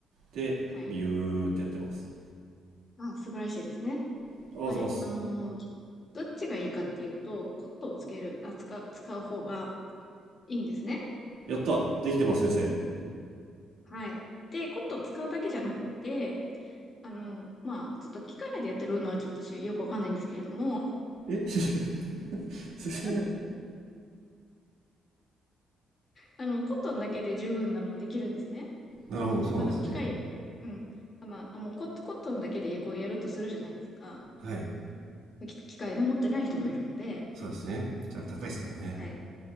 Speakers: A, on the right; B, on the left.
A: で、
B: はい。
A: ビューってやってます。
B: あ、素晴らしいですね。
A: あ、ありがとうございます。
B: はい。あの、どっちがいいかっていうと、コットンをつける、あ、使う、使う方がいいんですね。
A: やったできてます、先生。
B: はい。で、コットンを使うだけじゃなくって、あの、まあ、ちょっと機械でやってるのはちょっと私よくわかんないんですけれども、
A: え先生 <laughs> 先生
B: <laughs> あの、コットンだけで十分なのできるんですね。
A: なるほど、そうなんですね。
B: まあでも機械、うん。あ、まあ、あもうコ、コットンだけでこうやるとするじゃないですか。
A: はい。
B: き機械で持ってない人もいるので、
A: そうですね。じゃあ高いですからね。
B: はい。